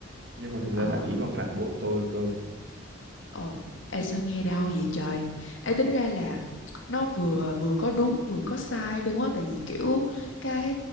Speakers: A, on the right; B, on the left.
A: Nhưng mà thực
B: Ờ.
A: ra bạn ấy còn phản bội tôi cơ.
B: Ồ, em sao nghe đau vậy trời? Em tính ra là nó vừa vừa có đúng vừa có sai luôn á, tại vì kiểu cái